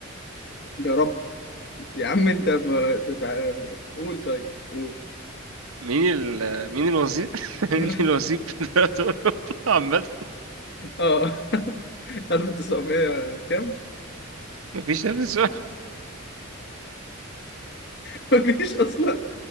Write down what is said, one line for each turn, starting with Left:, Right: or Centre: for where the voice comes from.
Left: يا رب يا عم انت ما تتع... قول طيب قول
Right: مين ال مين الوظيف <laughs> مين
Left: <laughs>
Right: الوظيف في دوري ابطال اوروبا عامه
Left: اه 1900 كام؟
Right: مفيش نفس
Left: <laughs> مفيش اصلا